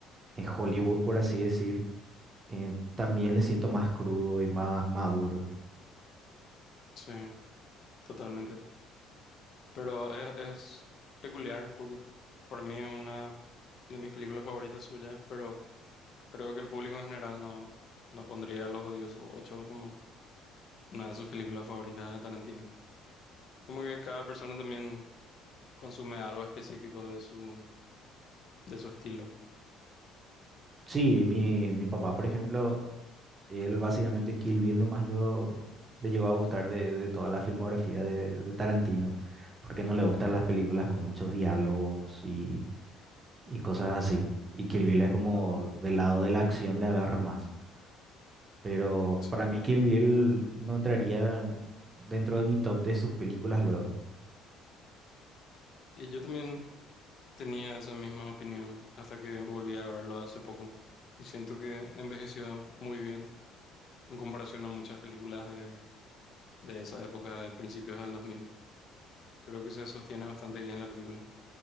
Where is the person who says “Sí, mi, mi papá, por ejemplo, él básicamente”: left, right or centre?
Right